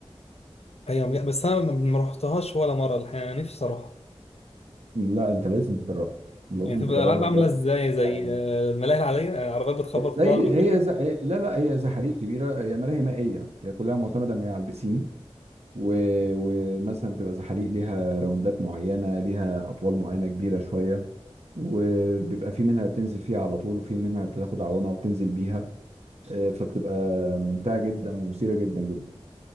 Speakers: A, on the left (about 75°); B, on the right (about 85°).
A: أيوة بس أنا ما ما رحتهاش ولا مرة الحقيقة نفسي أروح
B: لا أنت لازم تجربها لازم
A: يعني تبقى
B: تجربها
A: الألعاب
B: بجد
A: عاملة ازاي زي
B: تعجبني
A: آه، الملاهي العادية يعني عربيات بتخبط في
B: زي
A: بعض وكده
B: هي زي لا لا هي زي حريق كبيرة هي ملاهي مائية هي كلها معتمدة إن هي على البسين و- ومثلا بتبقى زحاليق ليها راوندات معينة ليها أطوال معينة كبيرة شوية وبيبقى في منها بتنزل فيها على طول وفي منها بتاخد عوامة وتنزل بيها آه، فبتبقى ممتعة جدا ومثيرة جدا جدا